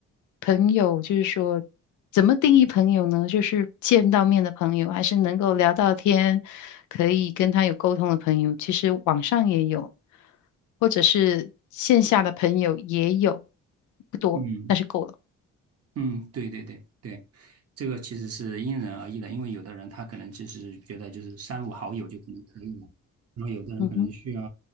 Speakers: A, on the left (about 75°); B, on the right (about 50°).
A: 朋友就是说，怎么定义朋友呢？就是见到面的朋友，还是能够聊到天，可以跟他有沟通的朋友。其实网上也有，或者是线下的朋友也有，不多，
B: 嗯
A: 但是够了。
B: 嗯，对对对对，这个其实是因人而异的，因为有的人他可能就是觉得就是三五好友就可能可以了，然后有的人可能需要
A: 嗯哼，